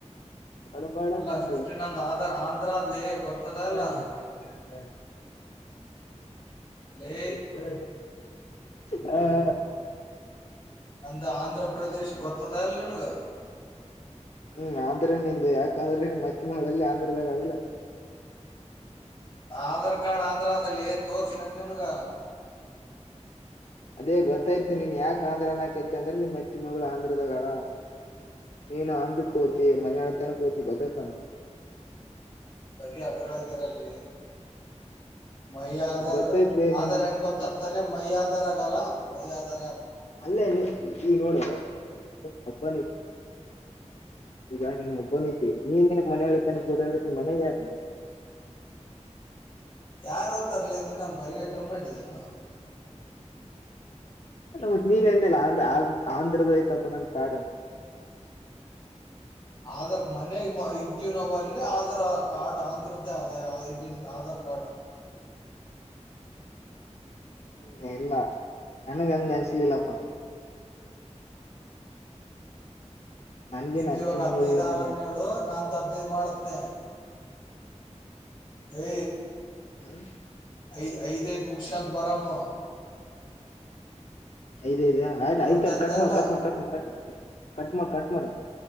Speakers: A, on the left; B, on the left.
A: ಅಣಬಳ
B: ಅಲ್ಲ
A: ಹ
B: ಫಿಫ್ಟೀನ್ ಅಂದ ಆದ ಆಂಧ್ರದ್ಲಿ ಗೊತ್ತದ
A: ಕೆಂಪನ
B: ಅಲ್ಲ
A: ಗಲ್ಲದ
B: ಲೇ
A: ಅಡುಳ ಹಾ ಹ
B: ಅಂದ ಆಂಧ್ರ ಪ್ರದೇಶ ಗೊತ್ತದಲ್ಲ ನಿನಗ
A: ಹ್ಮ್ ಆಂಧ್ರ ನಿಂದು ಯಾಕ ಅಂದ್ರೆ ಮತ್ತ ಮಲ್ಲಿ ಆಂಧ್ರದಾಗಳಿಲ್ಲ
B: ಆಧಾರ್ ಕಾರ್ಡ್ ಆಂಧ್ರದಲ್ಲಿ ತೋರ್ರಿಸಲನ್ ನಿನುಗ
A: ಅದೇ ಗೊತ್ತಾಯ್ತಿ ನೀನ್ ಯಾಕ ಆಂಧ್ರನಕೈತಿ ಅಂದ್ರೆ ನಿಮ್ ಅತ್ತೆ ಮಗಳು ಆಂಧ್ರದಾಗಳ ನೀನು ಅಂದಕ್ ಹೋತಿ ಮನ್ ಆಳತಾನಕ್ ಹೋತಿ ಗೊತ್ತಾಯ್ತಾನ
B: ಬರೀ ಅದ್ರಳಗಾರಲ್ಲಿ ಮೈ ಆಧಾರ್
A: ಗೊತ್ತೈತ್ಲೆ
B: ಆದಾರ್
A: ನಿನ್
B: ಹೆಂಗ ಗೊತ್ತತ್ತಲ್ಲ ಮೈ ಆದಧಾರ್ ಆಗಲ್ಲ ಮೈ ಆಧಾರ
A: ಅಲ್ಲೇ ಈಗ ನೋಡ ಹಬ್ಬ ಈಗ ನಿನ್ ಒಬ್ಬನ ಇದಿ ನೀನ್ ಮನೆ ಹಿತಾನ ಕೂುದ ಅಂದ್ರೆ ನಿಮ್ ಮನೆಾಗ ಯಾರ <inaudible>
B: ಯಾರು ತರ್ಲಿ ನೀನ್ ನಂಗ್ ಬರಿಗೇಟರ್ ಮಾಡಿದಾನ
A: ತ್ ನೀನ್ ಎಂದಿಲ್ಲ ಆಂಧ್ರದ ಐ್ತಪ್ಪ ನನ್ ಕಾಡನ್ <inaudible>
B: ಆಧಾರ್ ಮನೆ ಇದ್ದವಿ ನಾವವು ಅಲ್ಲಿ ಆಧಾರ್ ಕಾರ್ಡ್ ಆಂಧ್ರ ಆದ ಐಡೆಂಟ ಆಧಾರ್ ಕಾರ್ಡ್
A: ಹ್ಮ್ ಎಲ್ಲಾ ನನಗೆ ಅಂಗ ಅನಿಸಲಿಲ್ಲಪ್ಪ ನನ್ಗೇನ್
B: ನಿಂದ
A: ಅತ್ತಿ
B: ಇವಾಗ ಹದ್ನೈದ್
A: ಮಗಳಿಗೇನ
B: ಆಗಣ ಹೇಳು ನಾಂದ್ ಹದ್ನೈದ್ ಮಾಡತ್ನ ಏ
A: ಹಾ
B: ಐದ್ ಐದ ಐದು ಮುಖ್ಯಂತ್ ರಾಮ
A: ಅ ಆಯ್ ಆಯ್ತ
B: ಅರ್ಥ ಆಯ್ತಾ
A: ಕಟ್ ಮಾಡಿ
B: ಇಲ್ಲ
A: ಕಟ್ ಮಾಡಿ ಕಟ್ ಮಾಡಿ ಕಟ್ ಮಾಡ ಕಟ್ ಮಾಡ ಕಟ್ ಮಾಡ